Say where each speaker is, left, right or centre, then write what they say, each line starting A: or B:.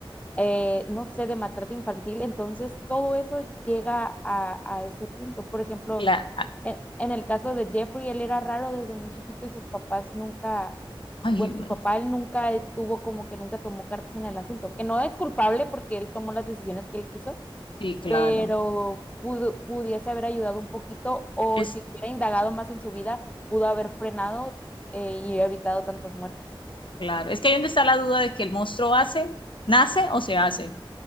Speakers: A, on the left; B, on the left.
A: eh, no sé, de maltrato infantil, entonces todo eso llega a, a ese punto. Por ejemplo,
B: claro.
A: En, en el caso de Jeffrey, él era raro desde muy chiquito y sus papás nunca,
B: Ay,
A: bueno,
B: no.
A: su papá él nunca e, tuvo como que nunca tomó cartas en el asunto, que no es culpable porque él tomó las decisiones que él quiso,
B: Sí, claro.
A: pero pudo, pudiese haber ayudado un poquito o
B: Es
A: si hubiera indagado más en su vida, pudo haber frenado eh, y evitado tantas muertes.
B: claro. Es que ahí donde está la duda de que el monstruo hace, nace o se hace.